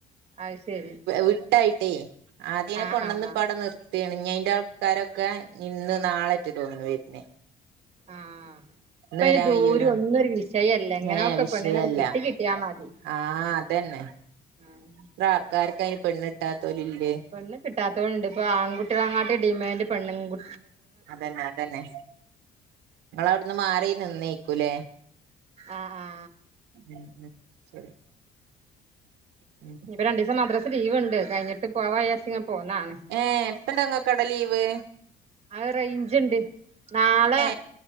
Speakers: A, on the right; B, on the right.
A: അത് ശരി
B: വിട്ടായിട്ടേ ആദ്യനെ
A: ആഹ്
B: കൊണ്ടുവന്ന്
A: ആഹ്
B: ഇപ്പ അവിടെ നിർത്തിയാണ് ഇഞ്ഞി അയിന്റെ ആൾക്കാരൊക്കെ ഇന്ന് നാളെറ്റി തോന്നുണ് വരുന്നേ
A: ആഹ്
B: ഇന്ന്
A: ഇപ്പ
B: വരാൻ
A: ഈ ദൂരം
B: കയ്യൂല
A: ഒന്നുംരു വിഷയല്ലേ ഇങ്ങനെക്കെ
B: ഏഹ് വിഷയല്ല
A: പെണ്ണിനവിടെ കിട്ടി കിട്ടിയാൽ മതി
B: ആഹ് അതന്നെ
A: ആഹ്
B: ഇപ്പ ആൾക്കാർക്ക് അതിന് പെണ്ണ് ഇട്ടാത്തോല് ല്ലെ
A: പെണ്ണ് കിട്ടാത്തോല്ണ്ട് ഇപ്പോ ആൺകുട്ടികളങ്ങാട്ട് ഡിമാൻഡ് പെണ്ണ്കു
B: അതന്നെ അതന്നെ നിങ്ങള് അവിടുന്ന് മാറി നിന്നേക്കൂലേ
A: ആഹ് ആഹ്
B: ഉം ഉം ശരി ഉംഉം
A: ഇഞ്ഞിപ്പ രണ്ടിസം മദ്രസ് ലീവ്ണ്ട് കഴിഞ്ഞിട്ട് പോവായിചാരിച്ചിങ്ങ് പോന്നാണ്.
B: ഏഹ് എപ്പടങ്ങക്കവിടെ ലീവ്
A: അത് റെയിഞ്ചിണ്ട് നാളെ
B: ഏ